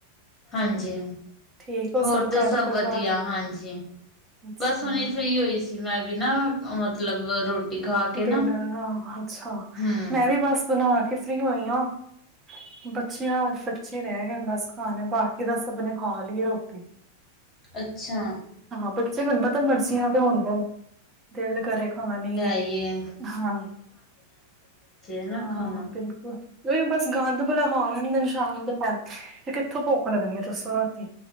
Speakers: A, on the left (about 20°); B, on the right (about 25°).
A: ਹਾਂਜੀ
B: ਠੀਕ ਹੋ
A: ਹੋਰ ਤਾਂ
B: ਘਰ
A: ਸਭ
B: ਪਰਿਵਾਰ
A: ਵਧੀਆ ਹਾਂਜੀ।
B: ਅੱਛਾ
A: ਬਸ ਹੁਣੀ ਫਰੀ ਹੋਈ ਸੀ ਮੈਂ ਵੀ ਨਾ ਮਤਲਬ ਰੋਟੀ ਖਾ ਕੇ
B: ਡਿਨਰ
A: ਨਾ
B: ਹਾਂ ਅੱਛਾ
A: ਹੂੰ
B: ਮੈਂ ਵੀ ਬਸ ਬਣਾ ਕੇ ਫਰੀ ਹੋਈ ਹਾਂ। ਬੱਚਿਆਂ ਸੱਚੀ ਰਏ ਗਏ ਬਸ ਖਾਣ ਬਾਕੀ ਤਾਂ ਸਭ ਨੇ ਖਾ ਲਈ ਏ ਰੋਟੀ
A: ਅੱਛਾ
B: ਹਾਂ ਬੱਚੇ ਮੈਨੂੰ ਪਤਾ ਮਰਜ਼ੀਆਂ ਵਾਲੇ ਹੁਣ ਦੇ ਦਿਲ ਕਰੇ ਖਾਣੀ ਏ।
A: ਡੀ ਏ ਐਨ
B: ਹਾਂ-ਹਾਂ
A: ਹਨਾ ਖਾਣਾ
B: ਬਿਲਕੁਲ ਉਹੀ ਬਸ ਗੰਦ ਬਲਾ ਖਾ ਲੈਣਗੇ ਸ਼ਾਮ ਦੇ ਟੈਮ ਫਿਰ ਕਿੱਥੋਂ ਭੁੱਖ ਲੱਗਣੀ ਆ ਦੱਸੋ ਰਾਤੀ